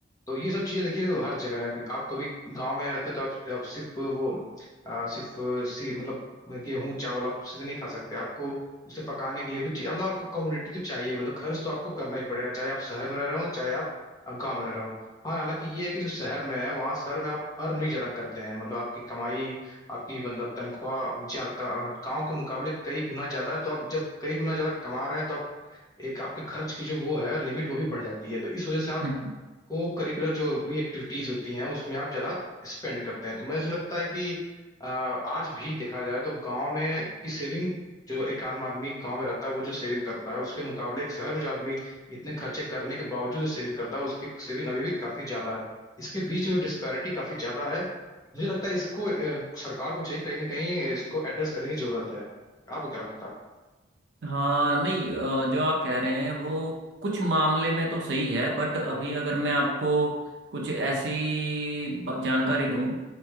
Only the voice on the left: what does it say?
तो ये सब चीजें देखिए हर जगह है कि आप कभी गांव में रहते हैं तो आप, आप सिर्फ वो अ, सिर्फ सी मतलब गेहूं चावल आप सीधे नहीं खा सकते आपको उसे पकाने के लिए भी चीज मतलब आपको कमोडिटी तो चाहिए मतलब खर्च तो आपको करना ही पड़ेगा चाहे आप शहर में रह रहे हो चाहे आप गाँव में रह रहे हो हाँ हालांकि ये है कि जो शहर में है वहाँ शहर में आप अर्न भी ज्यादा करते हैं मतलब आपकी कमाई आपकी मतलब तनख्वाह ज्यादा गांव के मुकाबले कई गुना ज्यादा है तो आप जब कई गुना ज्यादा कमा रहे हैं तो आप एक आपके खर्च की जो वो है लिमिट वो भी बढ़ जाती है तो इस वजह से आप
को करिकुलर जो भी एक्टिविटीज होती हैं उसमें आप ज्यादा स्पेंड करते हैं तो मुझे लगता है कि अ, आज भी देखा जाए तो गांव में की सेविंग जो एक आदम आदमी गांव में रहता है वो जो सेविंग करता है उसके मुकाबले एक शहर में जो आदमी इतने खर्चे करने के बावजूद जो सेविंग करता है उसकी सेविंग अभी भी काफी ज्यादा है इसके बीच जो डिस्पैरिटी काफी ज्यादा है मुझे लगता है इसको अ, सरकार को चाहिए कहीं ना कहीं इसको एड्रेस करने की जरूरत है आपको क्या लगता है